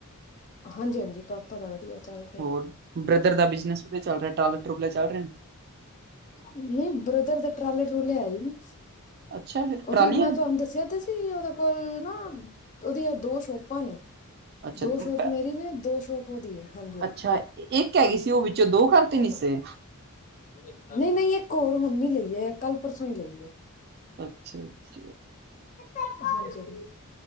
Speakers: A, on the left; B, on the right.
A: ਹਾਂਜੀ -ਹਾਂਜੀ ਪਾਪਾ ਦਾ ਵਧੀਆ ਚੱਲ ਰਿਹਾ
B: ਹੋਰ ਬ੍ਰਦਰ ਦਾ ਬਿਜਨਸ ਵਦੀਆ ਚੱਲ ਰਿਹਾ ਟਰਾਲੇ ਟੁਰੁਲੇ ਚੱਲ ਰਹੇ ਨੇ।
A: ਨਹੀਂ ਬ੍ਰਦਰ ਦਾ ਟਰਾਲੇ ਟਰੁਲੇ ਹੈ ਈ ਨੀ।
B: ਅੱਛਾ ਫਿਰ
A: ਉਹਦੀ
B: ਟਰਾਲੀਆਂ
A: ਮੈਂ
B: ਨੇ।
A: ਤੁਹਾਨੂੰ ਦੱਸਿਆ ਤੇ ਸੀ ਉਹਦੇ ਕੋਲ ਨਾ ਉਹਦੀਆਂ ਦੋ ਸ਼ੋਪਾਂ ਨੇ।
B: ਅੱਛਾ
A: ਦੋ
B: ਤੁਮ-
A: ਸ਼ੋਪ ਮੇਰੀ ਨੇ ਦੋ ਸ਼ੋਪ ਉਹਦੀ ਹੈ ਹਾਂਜੀ-
B: ਅੱਛਾ ਇੱਕ ਹੈਗੀ ਸੀ ਉਹ ਵਿੱਚੋਂ ਦੋ ਕਰਤੇ
A: ਹਾਂਜੀ
B: ਹਿੱਸੇ
A: ਨਹੀਂ -ਨਹੀਂ ਇੱਕ ਹੋਰ ਹੁਣ ਨੀ ਲਈਏ ਕੱਲ ਪਰਸੋਂ ਹੀ ਲਈਏ।
B: ਅੱਛਾ -ਅੱਛਾ
A: <unintelligible>